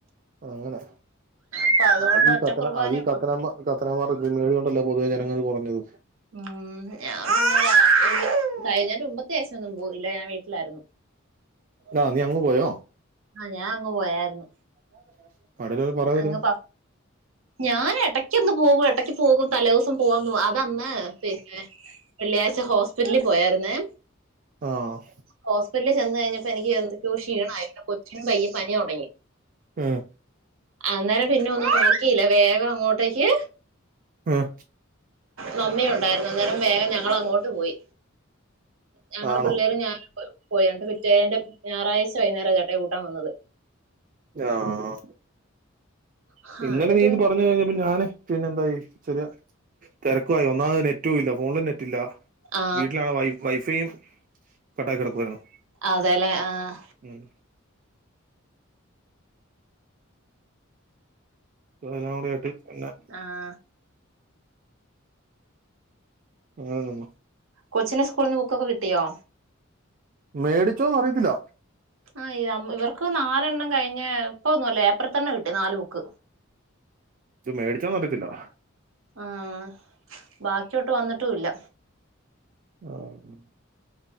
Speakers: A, on the right; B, on the right.
A: അങ്ങനെ
B: അപ്പൊ അതുകൊണ്ട്
A: അതീ
B: ഒറ്റ
A: കത്തന
B: കുർബാനേ
A: അത കത്തനമ്മ
B: ഉള്ളൂ
A: ക്രമാത കൃമേഡിയോണ്ടല്ലേ പൊതുവേ ജനങ്ങൾ കുറഞ്ഞത്
B: ഉ ഞാ <unintelligible> തൈഞെന്റെ മ്പത്യാഴച്ച ഒന്നും പോഇല്ല ഞാൻ വീട്ടിലായിരുന്നു
A: ആഹ് നിയങ്ങു പോയോ
B: ആഹ് ഞാൻ അങ്ങ് പോയായിരുന്നു
A: <inaudible> പറയുന്നു
B: അങ്ങപ്പ ഞാന എടക്കന്ന് പോകും ഇടക്ക് പോകും തലേസം പോവാന്ന് അതന്ന പിന്നെ വെള്ളിയാഴ്ച ഹോസ്പിറ്റലിൽ പോയായിരുന്നേ
A: ആഹ്
B: ഹോസ്പിറ്റലിൽ ചെന്ന് കഴിഞ്ഞപ്പോ എനിക്ക് എന്തൊക്കെയോ ക്ഷീണായി പിന്നെ കൊച്ചിനും പയ്യ പനി തുടങ്ങി
A: ഉം
B: അന്നേരം പിന്നെ ഒന്നും നോക്കിയില്ല വേഗം അങ്ങോട്ടേക്ക്
A: ഉം
B: മമ്മി ഉണ്ടായിരുന്നു അന്നേരം വേഗം ഞങ്ങളങ്ങോട്ട് പോയി ഞങ്ങൾ
A: ആണോ
B: പിള്ളേരും ഞാ പോയണ്ട് പിറ്റേന്റെ ഞായറഴ്ച വൈന്നേരം ചേട്ടെ കുട്ടാൻ വന്നത്
A: ആഹ്
B: ആ
A: ഇന്നലെ
B: എന്നിട്ട്
A: നീത് പറഞ്ഞഴിഞ്ഞപ്പോ ഞാന് പിന്നെന്തായി ചെറിയ തിരക്കു ആയി ഒന്നാമത് നെറ്റും ഇല്ല ഫോണില് നെറ്റില്ല
B: ആ
A: വീട്ടിലാണ് വൈ വൈഫൈയും കട്ടാക്കി കിടക്കോയിരുന്നു
B: അതെല്ലേ ആഹ്
A: ഉം എല്ലാം കൂടെ ആയിട്ട് പിന്നെ
B: ആഹ്
A: അങ്ങനെ നിന്നോ
B: കൊച്ചിന് സ്കൂളിൽന്ന് ബുക്കൊക്കെ കിട്ടിയോ
A: മേടിച്ചോന്നറിയത്തില്ല
B: ആഹ് ഇവർക്ക് നാലെണ്ണം കഴിഞ ഇപ്പൊന്നുല്ല ഏപ്രിൽ തന്നെ കിട്ടി നാല് ബുക്ക്
A: ത് മേടിച്ചാന്ന് പറയത്തില്ല.
B: ആഹ് ബാക്കിയോട്ട് വന്നിട്ടുംല്ല
A: ആഹ്